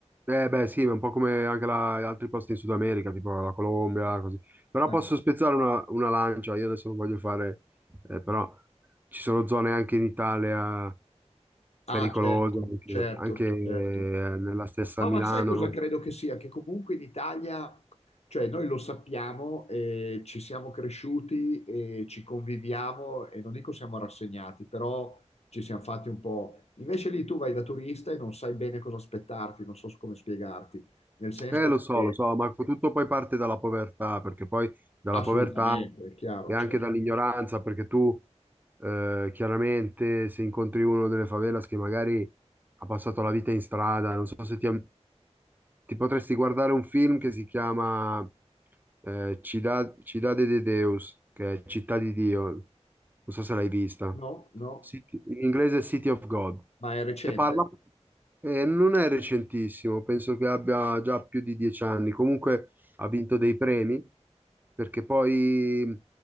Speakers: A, on the right (about 15°); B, on the left (about 65°).
A: Eh beh sì, ma un po' come anche la- altri posti in Sud America, tipo la Colombia, così. Però
B: Eh.
A: posso spezzare una, una lancia, io adesso non voglio fare, eh, però ci sono zone anche in Italia
B: Ah,
A: pericolose,
B: certo,
A: anche,
B: certo,
A: anche, eh,
B: certo.
A: nella stessa
B: No,
A: Milano.
B: ma sai cosa credo che sia? Che comunque in Italia, cioè noi lo sappiamo, eh, ci siamo cresciuti e ci conviviamo e non dico siamo rassegnati, però ci siamo fatti un po'. Invece lì tu vai da turista e non sai bene cosa aspettarti, non so come spiegarti, nel senso
A: Eh lo so,
B: che
A: lo so, ma tutto poi parte dalla povertà, perché poi dalla
B: assolutamente,
A: povertà
B: è chiaro,
A: e anche
B: certo.
A: dall'ignoranza, perché tu eh, chiaramente se incontri uno delle favelas che magari ha passato la vita in strada, non so se ti, Ti potresti guardare un film che si chiama eh, Cida- Cidade de Deus, che è Città di Dio, non so se l'hai vista.
B: No, no,
A: City- in inglese è City of God.
B: ma è recente?
A: E parla, eh, non è recentissimo, penso che abbia già più di dieci anni. Comunque ha vinto dei premi, perché poi